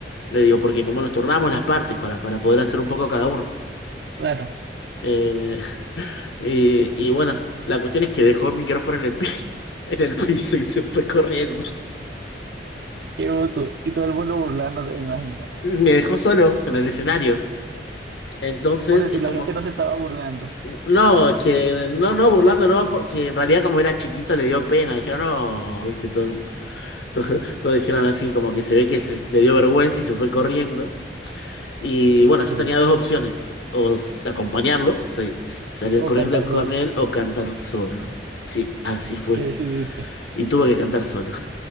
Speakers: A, on the left (about 80°); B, on the right (about 65°).
A: Le digo, porque como nos turnamos las partes para, para poder hacer un poco cada uno.
B: Claro,
A: Eh, y, y bueno, la cuestión es que dejó el micrófono en el pi- <laughs> en el piso y se fue corriendo.
B: qué oso. Y todo el mundo burlándose, me imagino.
A: Me dejó solo en el escenario. Entonces
B: Por decir,
A: es como,
B: la gente no se estaba burlando
A: no, es que no, no, burlando, no, porque en realidad como era chiquito le dio pena. Dijeron, no, viste, todo, todo- todos dijeron así, como que se ve que se- le dio vergüenza y se fue corriendo. Y bueno, yo
B: sí.
A: tenía dos opciones, o s- acompañarlo, sa- salir
B: <laughs> o
A: corriendo
B: cantar
A: con
B: solo.
A: él o cantar solo. Sí, así fue.
B: ¿Qué decidiste?
A: Y tuve que cantar solo.